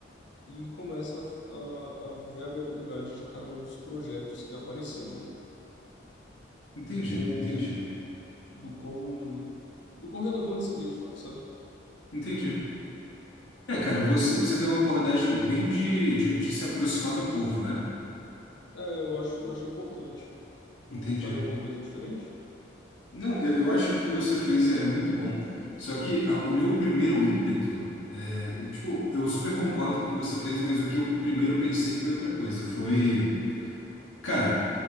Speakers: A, on the left; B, on the left.
A: e começa a, a, a ver a viabilidade de cada um dos projetos que apareceram ali,
B: Entendi,
A: ou
B: entendi,
A: do quão, do quão relevante seria de fato, sabe?
B: entendi. É, cara, você,
A: E
B: você tem uma abordagem bem de, de, de se aproximar do povo, né?
A: é, eu acho, acho importante. Tu
B: Entendi.
A: faria uma coisa diferente?
B: Não, eu, eu acho que o que você fez é, é muito bom, só que a- o meu primeiro ímpeto, é, tipo, eu super concordo com o que você fez, mas o que eu primeiro pensei foi outra coisa, foi, cara,